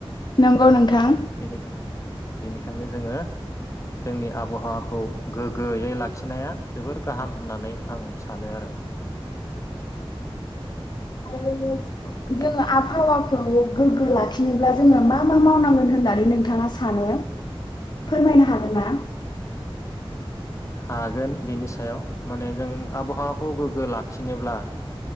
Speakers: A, on the left (about 50°); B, on the left (about 30°).
A: नंगौ नोंथां
B: बेनि बेनिखायनो जोङो जोंनि आबहावा खौ गोगोयै लाखिनाया जोबोर गाहाम होननानै आं सानो आरो।
A: आरो
B: बेनि
A: जोङो आबहावा <inaudible> लाखिनोब्ला जोङो मा मा मावनांगोन होननानै नोंथाङा सानो? फोरमायनो हागोन ना?
B: हागोन बिनि सायाव माने जों आबहावाखौ गोग्गो लाखिनोब्ला